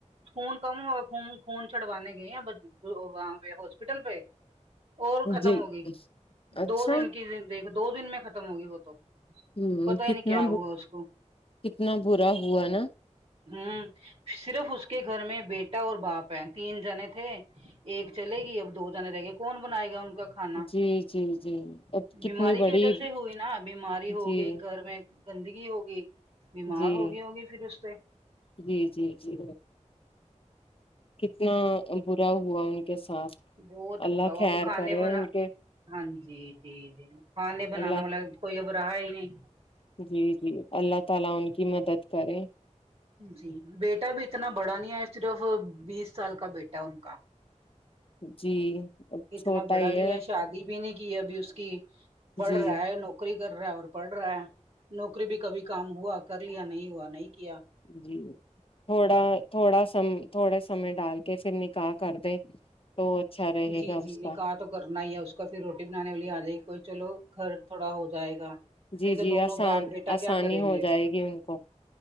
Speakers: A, on the right; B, on the left.
A: خون کم ہوا خون خون چڑوانے گئےہیں وہ وہاں پے ہوسپٹل پے اور ختم
B: جی
A: ہوگئی
B: اچھا
A: دو دن کی دیک دو دن میں ختم ہوگئی وہ تو
B: ه
A: پتا ہی
B: کتنا
A: نہیں کیا ہوا اس کو
B: کتنا برا ہوا نا
A: ہوں صرف اس کے گھر میں بیٹا اور باپ ہے تین جنے تھے ایک چلے گئی اب دو جنے رہ گئے کون بنائے گا ان کا کھانا
B: جی جی جی اب کتنی
A: بیماری کی
B: بڑی
A: وجہ سے ہوئی نا بیماری
B: جی
A: ہو گئی گھر میں گندگی ہوگئی بیمار
B: جی
A: ہوگئی ہوگی پھر اس سے
B: جی جی جی کتنا برا ہوا ان کے ساتھ
A: بہت
B: اللہ
A: برا ہو
B: خیر
A: اب کھانے
B: کرے
A: بنا
B: ان کے
A: ہاں جی جی جی کھانے بنانا
B: اللہ
A: والا کوئی اب راہا ہی نہیں
B: جی جی اللہ تعالی ان کی مدد کرے
A: جی بیٹا بھی اتنا بڑا نہیں ہے صرف بیس سال کا بیٹا ہے ان کا
B: جی اب
A: اتنا
B: چھوٹا
A: بڑا
B: ہی
A: بھی نہیں ہے شادی بھی نہیں کی ابھی اس کی پڑھ
B: جی
A: رہا ہے نوک کری کر رہا ہے اور پڑھ رہا ہے نوکری بھی کبھی کام ہوا کر لیا نہیں ہوا نہیں کیا
B: جی تھوڑا تھوڑا سم تھوڑا سمے ڈال کے پھر نکاح کر دیں تو اچھا رہے
A: جی
B: گا
A: جی
B: اس کا
A: نکاح تو کرنا ہی ہے اس کا کا پھر روٹی بنانے والی آجائے گی کوئی چلو گھر تھوڑا ہو جائے گا
B: جی
A: نہیں تو
B: جی
A: دونوں
B: آسان
A: باپ بیٹا
B: آسانی
A: کیا کریں
B: ہو
A: گے
B: جائے گی ان کو